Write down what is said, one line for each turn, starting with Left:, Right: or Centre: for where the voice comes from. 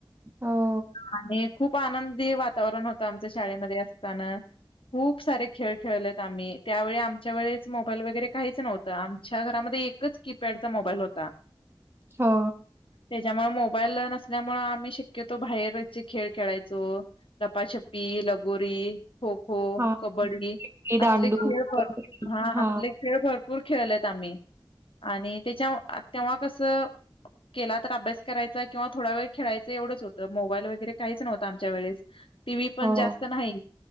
Right: हो.
Left: आणि खूप आनंदी वातावरण होतं आमच्या शाळेमध्ये असताना खूप सारे खेळ खेळलेत आम्ही त्यावेळी आमच्या वेळेच मोबाईल वगैरे काहीच नव्हतं आमच्या घरामध्ये ते एकच कीपॅडचा मोबाईल होता.
Right: ह
Left: त्याच्यामुळे मोबाईल नसल्यामुळे आम्ही शक्यत तो बाहेर खेळ खेळायचो लपाछपी, लगोरी खो खो,
Right: हां,
Left: कबड्डी
Right: ते दांडू,
Left: असले खेळ भर
Right: कबड्डी.
Left: हा
Right: हां,
Left: असले खेळ भरपूर भरपूर खेळलेत आम्ही आणि त्याच्या तेव्हा कस केला तर अभ्यास करायचा किंवा थोडा वेळ खेळायचं एवढंच होतं. तर मोबाईल वगैरे काहीच नव्हतं आमच्या वेळेस टी व्ही पण
Right: हो.
Left: जास्त नाही.